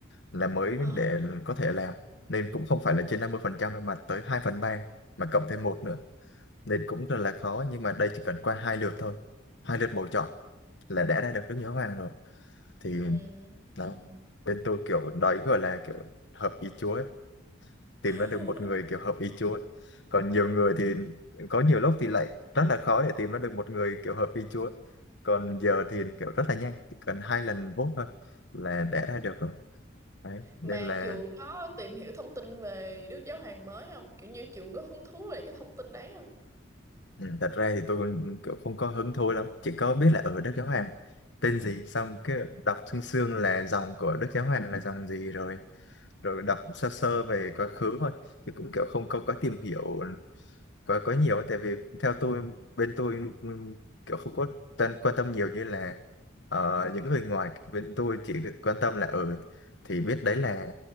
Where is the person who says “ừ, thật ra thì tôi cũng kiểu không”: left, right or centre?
Left